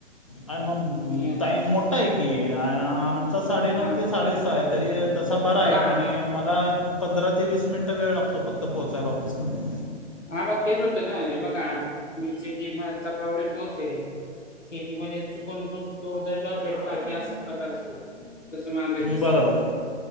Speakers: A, on the left (about 30°); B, on the left (about 80°).
A: आय मम
B: मी आता
A: टाईम मोठा आहे की आमचा साडेनऊ
B: हां
A: ते साडेसहा आहे. तरी तसा बरा आहे
B: हां
A: पण मला पंधरा ते वीस मिनटं वेळ लागतो फक्त पोहोचायला ऑफिसमध्ये.
B: हा म तेच होतो ना हे बघा सी म सिटी मचा प्रॉब्लेम तोच आहे. सिटी मध्ये चुकून दो दोन जर जॉब भेटला की असं प्रकार असतो. तसं माझ आहे तसा
A: बरोबर